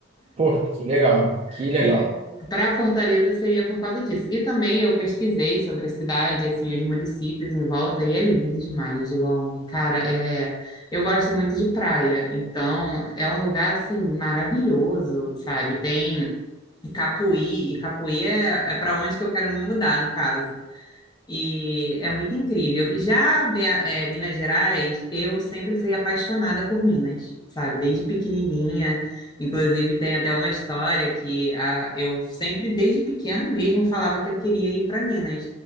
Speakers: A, on the right; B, on the left.
A: Pô, que legal,
B: <laughs>
A: que legal.
B: Para Fortaleza seria por causa disso. E também eu pesquisei sobre a cidade, assim, os municípios em volta, e é lindo demais, João. Cara, é... eu gosto muito de praia, então é um lugar, assim, maravilhoso, sabe? Tem Capuí, e Capuí é, é para onde que eu quero me mudar, no caso. E é muito incrível. Já Bea- eh, Minas Gerais, eu sempre fui apaixonada por Minas, sabe? Desde pequenininha. Inclusive, tem até uma história que a eu sempre, desde pequena mesmo, falava que eu queria ir para Minas.